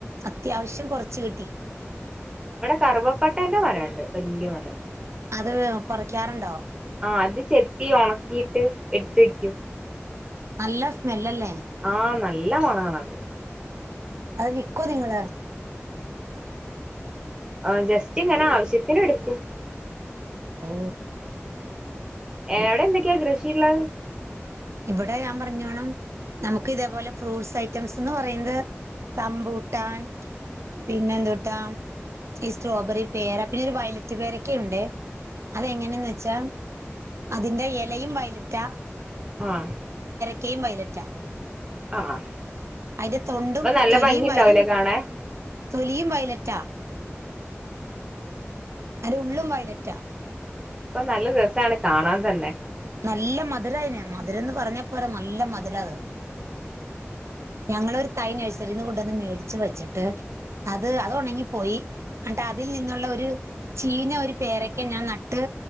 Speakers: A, on the right; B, on the right.
A: അത്യാവശ്യം കുറച്ച് കിട്ടി
B: ഇവിടെ കറുവപ്പട്ടേന്റെ മരംണ്ട് വല്യമരം
A: അത് പറിക്കാറുണ്ടോ
B: ആ അത് ചെത്തി ഉണക്കിയിട്ട് എടുത്ത് വെക്കും
A: നല്ല സ്മെല്ലല്ലേ
B: ആ നല്ല മണാണത്
A: അത് വിക്കോ നിങ്ങള്
B: ആ ജസ്റ്റ് ഇങ്ങനെ ആവശ്യത്തിന് എട്ക്കും
A: ഓ
B: എവിടെ എന്തൊക്കെയാ കൃഷിള്ളെ
A: ഇവിടെ ഞാൻ പറഞ്ഞോണം നമക്ക് ഇതേപോലെ ഫ്രൂട്ട്സ് ഐറ്റംസ്ന്ന് പറയന്നത് റംമ്പൂട്ടാൻ പിന്നെ ന്തുട്ടാ ഈ സ്ട്രോബെറി പേരാ പിന്നെ ഒരു വയലറ്റ് പേരക്കെ ഉണ്ട്
B: ആഹ്
A: അതെങ്ങനെയന്ന് വെച്ചാ അതിന്റെ എ ലയും വൈലറ്റ
B: ആഹ്
A: ക്കേം വൈലറ്റാ
B: അ ആഹ്
A: അയ്ന്റെ തൊണ്ടും
B: അപ്പൊ നല്ല
A: തൊലിയും
B: ഭംഗി ഉണ്ടാവൂലേ
A: വയല
B: കാണാൻ
A: തൊലിയും വൈലറ്റാ അയ്ന്റെ ഉള്ളും വൈലറ്റാ
B: അപ്പൊ നല്ല രസാണ് കാണാൻ തന്നെ
A: നല്ല മധുരായിന് മധുരമെന്ന് പറഞ്ഞാ പോരാ നല്ല മധുരവാ അത് ഞങ്ങളൊരു തൈ നഴ്സറീന്ന് കൊണ്ടുവന്ന് മേടിച്ചു വെച്ചിട്ട് അത് അത് ഉണങ്ങിപ്പോയി എന്നിട്ട് അതിൽ നിന്നുള്ള ഒരു ചീഞ്ഞ ഒരു പേരക്ക ഞാൻ നട്ട്